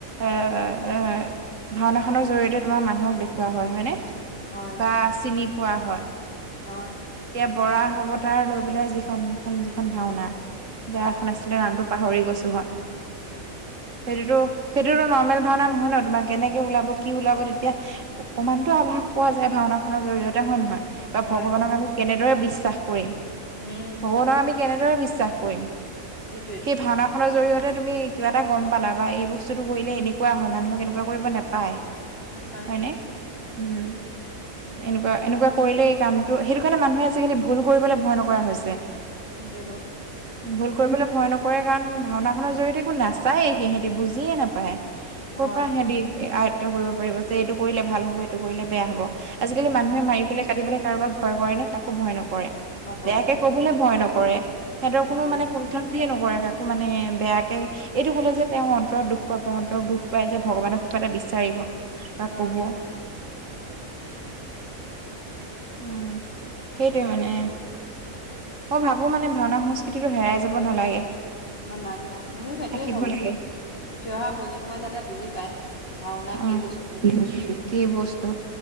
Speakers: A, on the right (about 65°); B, on the left (about 45°).
A: এ-এ ভাওনা খনৰ জৰিয়িয়তে তোমাৰ মানুহক দে খোৱা হয় হয়নে
B: হয়
A: বা চিনি পোৱা হয়।
B: হয়।
A: কৰাৰা হবতাৰ লৈ পেলাই যিখন খন যিখন ভাওনা। কিবা এখন আছিলে নামটো পাহৰি গৈছো আও। সেইটোতো-সেইটোতো নৰ্মেল ভাওনা নহয় ন তোমাৰ কেনেকে ওলাব কি ওলাব তেতিয়া অকমান। টো আভাস পোৱা যায় ভাওনা খনৰ জৰিয়তে হয় নহয়। বা
B: হয়
A: ভগৱানক
B: হয়
A: আমি কেনেদৰে বিশ্বাস কৰিম
B: উম
A: ভগৱানক আমি কেনেদৰে বিশ্বাস কৰিম
B: সেইটোৱেইটো
A: সেই ভাওনাখনৰ জৰিয়তে। তুমি কিবা এটা গ'ম পালা বা এই বস্তুতটো কৰিলে এনেকুৱা হয় মানুহক কেনেকুৱা কৰিব নাপায়।
B: নাপায়
A: হয় নে উম এনেকুৱা। এনেকুৱা কৰিলে এই কামটো সেইটো কাৰণে মানুহে আজিকালি ভুল কৰিবলৈ ভয় নকৰা হৈছে।
B: সেইটোৱে টো।
A: ভুল কৰিবলৈ ভয় নকৰে কাৰণ ভাওনাখনৰ জৰিয়তে একো নাচায়েই সিহঁতি বুজিয়ে নাপায়।
B: হয়
A: কৰ' পৰা সিহঁতি আয়ত্ব কৰিব পাৰিব যে এইটো কৰিলে ভাল হব এইটো কৰিলে বেয়া হব। আজিকালি
B: হয়
A: মানুহে মাৰি পেললে কাটি পেল কাৰোবাক ভয় কৰে নে কাকো ভয় নকৰে।
B: নকৰে
A: বেয়াকে কবলৈ ভয় নকৰে সিহঁতৰ
B: নকৰে
A: কোনো মানে কুণ্ঠল বুলিয়ে নকৰে। কাকো মানে বেয়াকে এইটো ক'লে যে তেওঁ অন্তৰত দুখ পাব অন্তৰত দুখ পায় যে ভগৱানক কিবা এটা বিচাৰিব। বা
B: হয়।
A: ক'ব উম সেইটোৱে
B: হয়
A: মানে। মই ভাবো মানে ভাওনা সংস্কৃতিটো হেৰাই যাব নালাগে।
B: নালাগে আৰু ময়ো সেইটোৱে
A: থাকিব
B: ভাবো
A: লাগে
B: উঠি অহা প্ৰজন্মই যাতে বুজি পায়। ভাওনা
A: আহ
B: কি বস্তু
A: কি বস্তু।